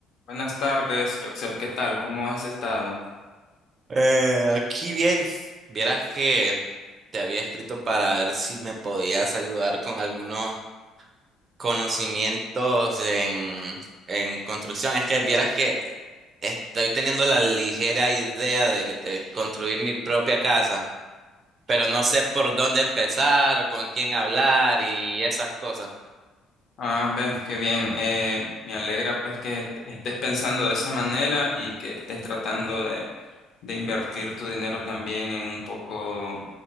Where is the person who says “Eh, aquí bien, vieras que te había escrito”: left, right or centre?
Right